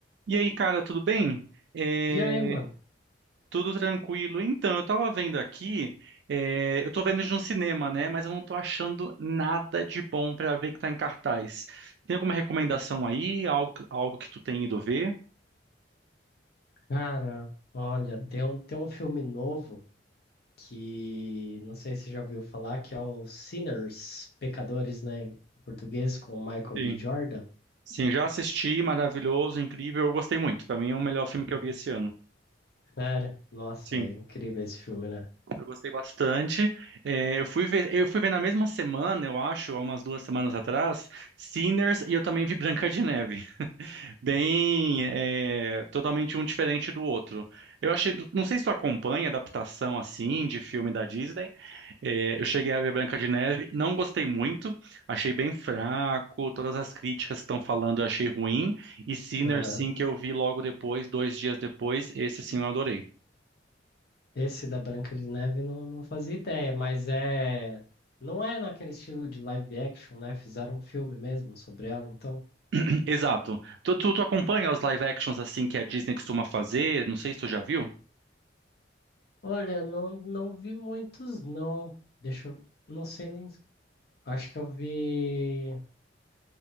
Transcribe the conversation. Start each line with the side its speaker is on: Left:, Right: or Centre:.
Right: E aí, cara, tudo bem? É,
Left: E aí, mano?
Right: tudo tranquilo. Então, eu tava vendo aqui, é, eu tô vendo de um cinema, né? Mas eu não tô achando nada de bom pra ver que tá em cartaz. Tem alguma recomendação aí? Algo, algo que tu tem ido ver?
Left: Cara, olha, tem um, tem um filme novo que não sei se já ouviu falar, que é o Sinners, Pecadores, né? Em português, com o Michael
Right: Sim.
Left: B. Jordan.
Right: Sim, já assisti, maravilhoso, incrível. Eu gostei muito. Pra mim é o melhor filme que eu vi esse ano.
Left: Cara, nossa,
Right: Sim,
Left: é incrível esse filme, né?
Right: eu gostei bastante. É, eu fui ver, eu fui ver na mesma semana, eu acho, há umas duas semanas atrás, Sinners e eu também vi Branca de Neve. bem é, totalmente um diferente do outro. Eu achei, não sei se tu acompanha adaptação assim de filme da Disney. É, eu cheguei a ver Branca de Neve, não gostei muito, achei bem fraco, todas as críticas que estão falando eu achei ruim, e Sinners
Left: Aham.
Right: sim que eu vi logo depois, dois dias depois, esse sim eu adorei.
Left: Esse da Branca de Neve não, não fazia ideia, mas é. Não é naquele estilo de live action, né? Fizeram um filme mesmo sobre ela, então.
Right: <clears throat> Exato. Tu, tu, tu acompanha os live actions assim que a Disney costuma fazer? Não sei se tu já viu?
Left: Olha, não, não vi muitos, não. Deixa eu. Não sei nem. Acho que eu vi.